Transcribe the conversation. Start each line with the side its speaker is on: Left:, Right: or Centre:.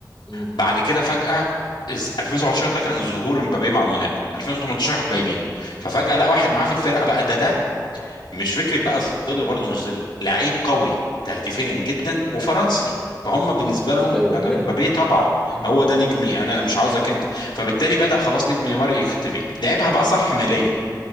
Centre: مم.
Left: بعد كده فجأة إز- 2017 ده كان ظهور مبابي مع موناكو 2018 راحوا جايبينه ففجأة لقى واحد معاه في الفرقة بقى ده ده مش فكرة بقى ظل برضه مش ظل لعيب قوي تهديفيا جدا وفرنسي فهم بالنسبة لهم
Centre: ايوه
Left: انا
Centre: منهم
Left: مبابي طبعا
Centre: مم.
Left: هو ده نجمي انا مش عاوزك انت فبالتالي بدأ خلاص نجم نيمار يختفي لعبها بقى صح ماليا